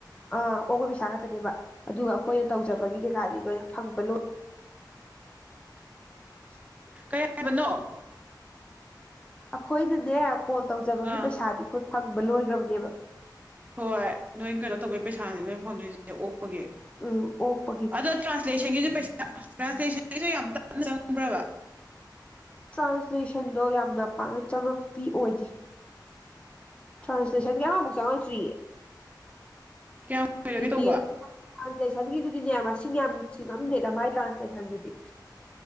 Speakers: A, on the left; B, on the right.
A: ꯑꯥ ꯑꯣꯄ ꯄꯩꯁꯥ ꯈꯛꯇꯅꯦꯕ ꯑꯗꯨꯒ ꯑꯩꯈꯣꯏꯅ ꯇꯧꯖꯕꯒꯤ
B: ꯎꯝ
A: ꯀꯩꯀꯥꯗꯤ ꯂꯣꯏꯅ ꯐꯪꯕ ꯂꯣꯏ <unintelligible>
B: ꯀꯌꯥ ꯍꯥꯏꯕꯅꯣ
A: ꯑꯩꯈꯣꯏꯅꯅꯦ ꯀꯣꯜ ꯇꯧꯖꯕꯒꯤ
B: ꯑꯥ
A: ꯄꯩꯁꯥꯗꯤ ꯑꯩꯈꯣꯏ ꯐꯪꯕ ꯂꯣꯏꯈ꯭ꯔꯕꯅꯦꯕ
B: ꯍꯣꯏ ꯅꯣꯏ ꯀꯩꯅꯣ ꯇꯧꯕꯩ ꯄꯩꯁꯥꯅꯤ ꯅꯣꯏ ꯐꯪꯗꯣꯏꯔꯤꯁꯦ ꯑꯣꯛꯄꯒꯤ
A: ꯎꯝ ꯑꯣꯛꯄꯒꯤ
B: ꯑꯗꯣ ꯇ꯭ꯔꯥꯟꯁꯂꯦꯁꯟꯒꯤꯁꯨ ꯄꯩꯁꯥ ꯇ꯭ꯔꯥꯟꯁꯂꯦꯁꯟꯒꯤꯁꯨ <unintelligible> ꯌꯥꯝ ꯇꯞꯅ ꯆꯪꯕ꯭ꯔꯕ
A: ꯇ꯭ꯔꯥꯟꯁꯂꯦꯁꯟꯗꯣ ꯌꯥꯝꯅ ꯄꯥꯛꯅ ꯆꯪꯉꯛꯄꯤ ꯑꯣꯏꯗꯦ ꯇ꯭ꯔꯥꯟꯁꯂꯦꯁꯟ ꯑꯃꯃꯕꯨꯛ ꯆꯪꯉꯛꯇ꯭ꯔꯤꯌꯦ
B: ꯀꯌꯥꯝ ꯀꯨꯏꯔꯒꯦ
A: ꯇꯤ
B: ꯇꯧꯕ
A: ꯇꯤ ꯑꯦꯁ ꯇ꯭ꯔꯥꯟꯁꯂꯦꯁꯟꯒꯤꯗꯨꯗꯤꯅꯦ ꯃꯁꯤꯡ ꯌꯥꯝ ꯊꯤꯉꯝꯗꯦꯗ ꯃꯥꯏ ꯇ꯭ꯔꯥꯟꯁꯂꯦꯁꯟꯗꯨꯗꯤ